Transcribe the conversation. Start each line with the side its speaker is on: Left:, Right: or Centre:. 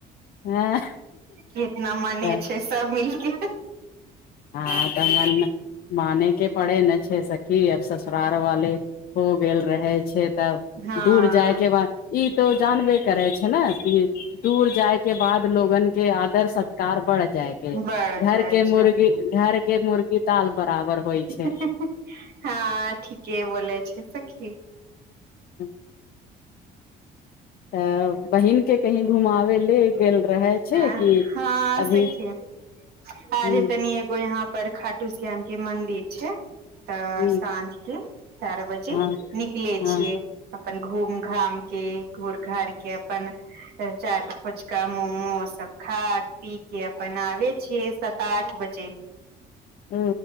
Left: हँ
Right: कितना मने
Left: तऽ
Right: छै सब मिलके
Left: हँ तऽ मन माने के पड़े ने छै सखी आब ससुरार वाले हो गेल रहै छै तब
Right: हँ
Left: दूर जायके बाद ई तो जानबे करे छै ने दूर जाय के बाद लोगन के आदर सत कार बढ़ जाएके
Right: बढ़ जाइ
Left: घर के मुर्गी
Right: छै
Left: घर के मुर्गी ताल बराबर होइ
Right: <unintelligible>
Left: छै
Right: हँ ठीके बोल छै सखी
Left: <inaudible> तऽ बहिन के कही घुमाबे ले गेल रहे छै
Right: हँ
Left: कि अभी
Right: सखिय आजे
Left: ह
Right: तनी एगो यहाँ पर खाटू श्याम के मन्दिर छै तऽ
Left: ह
Right: साँझ के चार बजे
Left: हँ
Right: निकले
Left: हँ
Right: छियै अपन घूम घाम के घुर घार के अपन जा रहल अछि कामो उमो सब खा पी के आ बनाबे छियै सात आठ बजे
Left: उ